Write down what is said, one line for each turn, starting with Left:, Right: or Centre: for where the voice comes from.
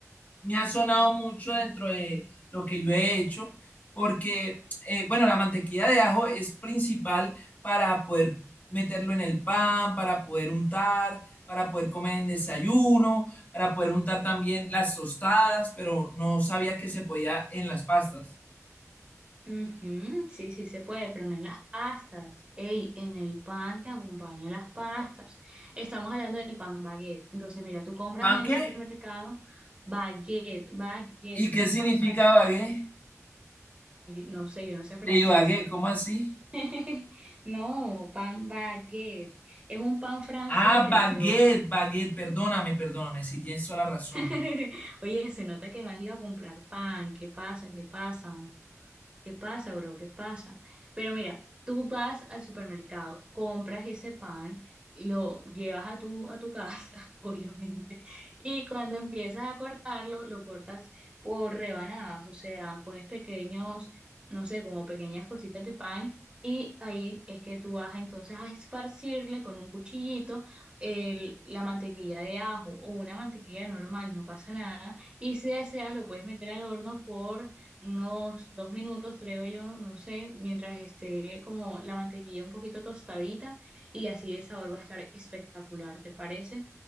Left: me ha sonado mucho dentro de lo que yo he hecho, porque, eh, bueno, la mantequilla de ajo es principal para poder meterlo en el pan, para poder untar, para poder comer en desayuno, para poder untar también las tostadas, pero no sabía que se podía en las pastas.
Right: Ujú, Sí, sí se puede, pero no en las pastas. Ey, en el pan que acompaña las pastas. Estamos hablando del pan baguette. Entonces, mira, tú compras
Left: ¿Pan
Right: en el
Left: qué?
Right: supermercado baguette, baguette.
Left: ¿Y qué
Right: Es un
Left: significa
Right: pan francés.
Left: bagué?
Right: no sé, yo no sé francés.
Left: De bagué, ¿cómo así?
Right: <laughs> No, pan baguette. Es un pan francés,
Left: Ah, baguette,
Right: bro.
Left: baguette, perdóname, perdóname, si tienes toda la razón.
Right: <laughs> Oye, se nota que no has ido a comprar pan. ¿Qué pasa? ¿Qué pasa? ¿Qué pasa, bro? ¿Qué pasa? Pero mira, tú vas al supermercado, compras ese pan, lo llevas a tu, a tu casa, <laughs> obviamente, y cuando empiezas a cortarlo, lo cortas por rebanadas, o sea, coges pequeños, no sé, como pequeñas cositas de pan, y ahí es que tú vas entonces a esparcirle con un cuchillito el- la mantequilla de ajo o una mantequilla normal, no pasa nada, y si deseas lo puedes meter al horno por unos dos minutos, creo yo, no sé, mientras esté como la mantequilla un poquito tostadita y así el sabor va a estar espectacular, ¿te parece?